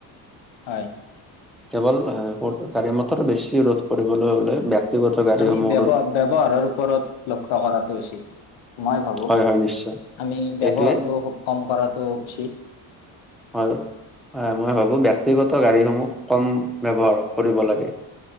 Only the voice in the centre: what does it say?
কেৱল গাড়ী মতৰ বেছি ৰোধ কৰিবলৈ হলে। ব্যক্তিগত গাড়ীসমূহ
ৰোধ
হয় হয় নিশ্চয়
সেইটোৱে
হয়-হয় মই ভাবো ব্যক্তিগত গাড়ীসমূহ কম ব্যৱহাৰ কৰিব লাগে।